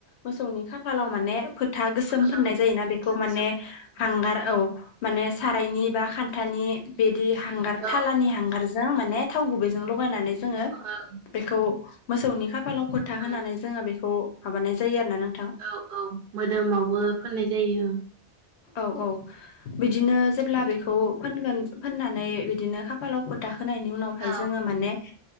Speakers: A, on the left; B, on the right.
A: मोसौ न'नि खाफालाव माने फोथा गोसोम
B: ओं
A: फोननाय जायोना
B: फोथा
A: बेखौ
B: गोसोम
A: माने
B: फोननाय जायो
A: हांगार औ माने सारायनि बा खान्थानि बिदि हांगार थालानि
B: औ
A: हांगारजों माने थाव गुबैजोंल' थगायनानै जोंङो
B: ओं
A: बेखौ मोसौनि खाफालाव फोथा होनानै
B: ओं
A: जोंङो बेखौ माबानाय जायो आरो ना नों
B: औ औ मोदोमावबो फोननाय जायो
A: औ औ बिदिनो जेब्ला बेखौ फोनगोन फोननानै बिदिनो खाफालाव फोथा होनायनि उनावहाय
B: औ
A: जोंङो माने